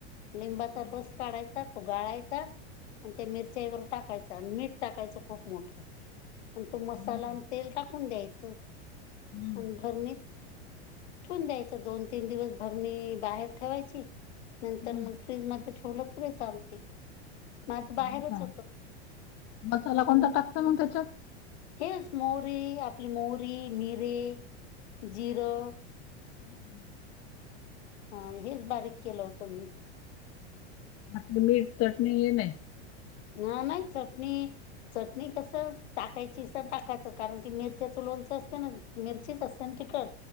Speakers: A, on the left; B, on the left.
A: लिंबाचा
B: हा
A: रस काढायचा, तो गाळायचा आणि त्या मिरच्यावर टाकायचा त्यानं मीठ टाकायचं खूप मोठं आणि तो मसाला
B: हो का
A: आणि तेल टाकून द्यायचं
B: हम्म
A: आन भरणीत ठेवून द्यायच. दोन तीन दिवस भरणी बाहेर ठेवायची नंतर
B: हम्म
A: मग फ्रीज मध्ये ठेवलं तरी चालते. माझं बाहेरच
B: हो का
A: होत
B: मसाला
A: हम्म
B: कोणता टाकत म त्याच्यात?
A: हेच मोरीे आपली मोरी मिरे जिरं
B: हम्म <inaudible>
A: हां हेच बारीक केलं होतं मी.
B: आख्खे मीठ चटणी हे नाही?
A: ना नाही चटनी चटणी कसं टाकायची सर टाकायचं कारण की मिरच्याचं लोणचं असतं ना. मिरचीच असत ना तिकट